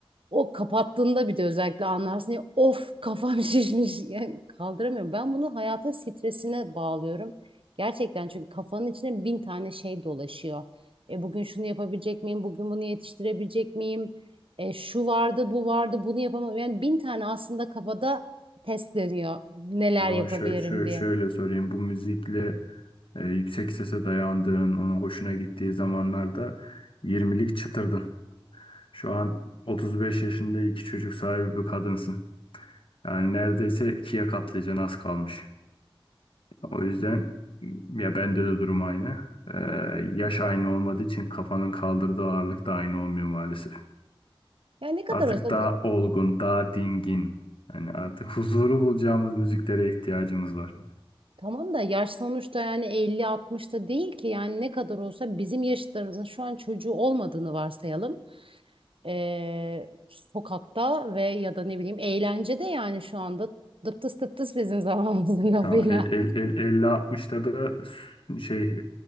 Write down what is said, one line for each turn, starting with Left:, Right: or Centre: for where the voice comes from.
Right: o kapattığında bir de özellikle anlarsın ya of kafam <laughs> şişmiş yani kaldıramıyorum. Ben bunu hayatın stresine bağlıyorum. Gerçekten çünkü kafanın içine bin tane şey dolaşıyor. E, bugün şunu yapabilecek miyim? Bugün bunu yetiştirebilecek miyim? E, şu vardı, bu vardı, bunu yapamam. Yani bin tane aslında kafada test dönüyor neler
Left: o zaman
Right: yapabilirim
Left: şöyle, şöyle,
Right: diye.
Left: şöyle sorayım. Bu müzikle e, yüksek sese dayandığın, ona hoşuna gittiği zamanlarda 20'lik çıtırdın. Şu an 35 yaşında iki çocuk sahibi bir kadınsın. Yani neredeyse ikiye katlayacaksın az kalmış. O yüzden ya bende de durum aynı. Ee, yaş aynı olmadığı için kafanın kaldırdığı ağırlık da aynı olmuyor maalesef.
Right: Yani ne kadar
Left: Artık
Right: olsa
Left: daha olgun, daha dingin. Yani artık huzuru bulacağımız müziklere ihtiyacımız var.
Right: Tamam da yaş sonuçta yani 50-60'ta değil ki yani ne kadar olsa bizim yaşıtlarımızın şu an çocuğu olmadığını varsayalım. Ee, sokakta ve ya da ne bileyim eğlencede yani şu anda dıptıs dıptıs bizim zamanımızın <laughs> lafıyla.
Left: Tamam, el, el, el, 50-60'da da s- şey e,